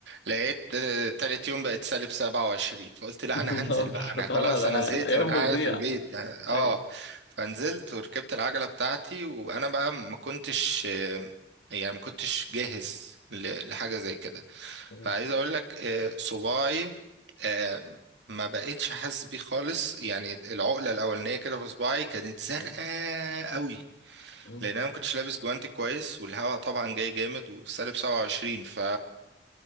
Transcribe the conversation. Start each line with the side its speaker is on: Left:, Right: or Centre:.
Right: لقيت آه، تالت يوم بقت سالب 27 فقلت
Left: <laughs>
Right: لا
Left: يا
Right: انا
Left: نهار
Right: هنزل بقى انا خلاص
Left: اه لا
Right: انا زهقت
Left: الأيام
Right: من قعدة
Left: بتضيع
Right: البيت اه آه.
Left: ايوه
Right: فنزلت وركبت العجلة بتاعتي وانا بقى ما كنتش آه، يعني ما كنتش جاهز ل- لحاجة زي كده
Left: مم.
Right: فعايز اقول لك آه، صباعي آه، ما بقتش حاسس بيه خالص يعني العقلة الأولانية كده في صباعي كانت زرقاء
Left: مم.
Right: قوي
Left: مم.
Right: لان انا ما كنتش لابس جوانتي كويس والهواء طبعا جاي جامد وسالب 27 ف